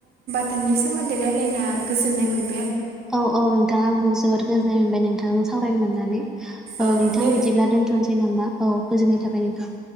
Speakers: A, on the right; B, in the centre.
A: ननि सोमोन्दै रायजलायना गोजोननाय मोनो।
B: औ औ नोंथां आंबो जोबोद गोजोननाय मोनबाय नोंथांजों सावरायनो मोननानै।
A: औ
B: नोंथां
A: दे
B: बिदिब्ला दोनथ'नोसै नामा औ गोजोननाय थाबाय नोंथां